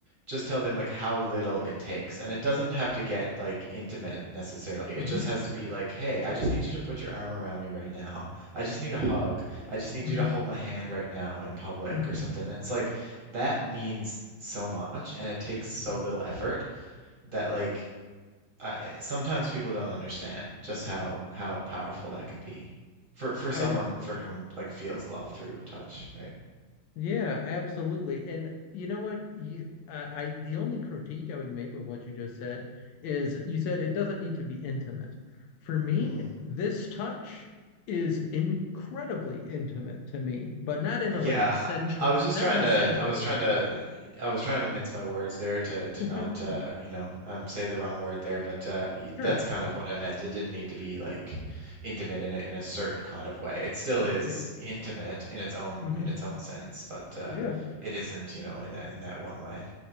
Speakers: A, on the right; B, on the left.
A: just tell them like how little it takes. And it doesn't have to get like intimate necessarily. It
B: Mm-hmm.
A: just has to be like, "Hey, I just need you to put your arm around me right now. I just need a hug. I just need
B: hmm
A: you to hold my hand right now in public
B: hmm
A: or something." And it's like that means so much and it takes so
B: hmm
A: little effort that like I, sometimes people don't understand just how how powerful that can be for for
B: I
A: someone
B: uh,
A: for whom like feels love through touch, right?
B: yeah, absolutely. And you know what? You I, I the only critique I would make with what you just said is you said it doesn't need to be intimate. For me,
A: Mm.
B: this touch is incredibly intimate to me, but not in
A: Yeah,
B: a like a sensual,
A: I was just
B: not
A: trying
B: in a
A: to
B: sensual
A: I was trying
B: way.
A: to I was trying to mince my words there to to
B: <laughs>
A: not uh, you know um, say the wrong word there, but uh, y-
B: Sure.
A: that's kind of what I meant. It didn't need to be like intimate in a, in a certain kind of way. It still is
B: Yeah.
A: intimate in its own
B: hmm
A: in its own sense, but uh,
B: Yeah.
A: it isn't, you know, in that in that one way.